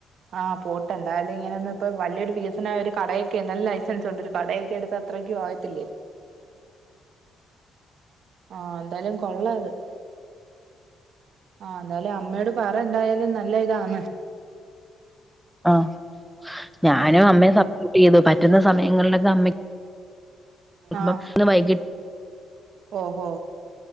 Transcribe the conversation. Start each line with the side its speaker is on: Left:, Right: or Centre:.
Right: ആഹ് പോട്ടെ എന്തായാലും ഇങ്ങനൊന്നും ഇപ്പൊ വലിയൊരു വികസനം ഒരു കടെ എന്തായാലും ലൈസൻസ് ഉണ്ട് ഒരു കടയൊക്കെയെടുത്ത് അത്രയ്ക്കും ആകത്തില്ലേ ആഹ് എന്തായാലും കൊള്ളാത് ആഹ് എന്തായാലും അമ്മയോട് പറ എന്തായാലും നല്ല ഇതാന്ന്
Centre: ആഹ് ഞാനും
Right: ആഹ്
Centre: അമ്മയെ സപ്പോർട്ട് ചെയ്തു പറ്റുന്ന സമയങ്ങളിലൊക്കെ അമ്മ ഇന്ന്
Right: ആഹ്
Centre: വൈകിട്ട്
Right: ഓഹോ